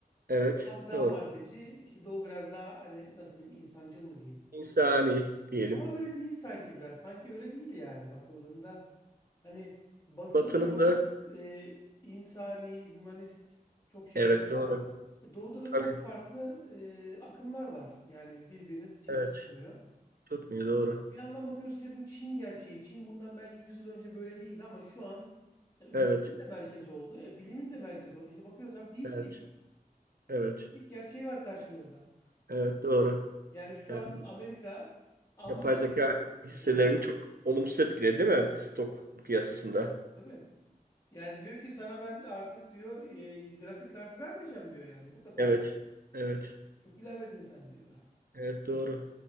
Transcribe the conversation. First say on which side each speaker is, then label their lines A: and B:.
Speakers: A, on the right; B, on the left.
A: Evet,
B: Batı daha
A: doğru.
B: maddeci, işte Doğu biraz daha hani nasıl diyeyim insancıl mı diyeyim.
A: İnsani diyelim.
B: Ama öyle değil sanki biraz. Sanki öyle değil yani bakıldığında. Hani batıda
A: Batının
B: da çok
A: da
B: e, insani, hümanist çok şeyler
A: evet
B: var.
A: doğru.
B: E, Doğuda da
A: Tabii,
B: çok farklı e, akımlar var. Yani birbirini
A: evet.
B: hiç tutmuyor.
A: Tutmuyor doğru.
B: Bir yandan bakıyoruz işte bu Çin gerçeği. Çin bundan belki 100 yıl önce böyle değildi ama şu an yani üretimin
A: Evet,
B: de merkezi oldu. E, bilimin de merkezi oldu. İşte bakıyoruz abi DeepSeek.
A: evet, evet,
B: DeepSeek gerçeği var karşımızda.
A: evet doğru.
B: Yani şu
A: Yani
B: an Amerika ama
A: yapay zeka hisselerini
B: mesela
A: çok olumsuz etkiledi değil mi stok piyasasında?
B: tabii. Yani diyor ki sana ben artık diyor e, grafik kartı vermeyeceğim diyor yani bu kadar.
A: Evet, evet.
B: Çok ilerledin sen diyor.
A: Evet doğru.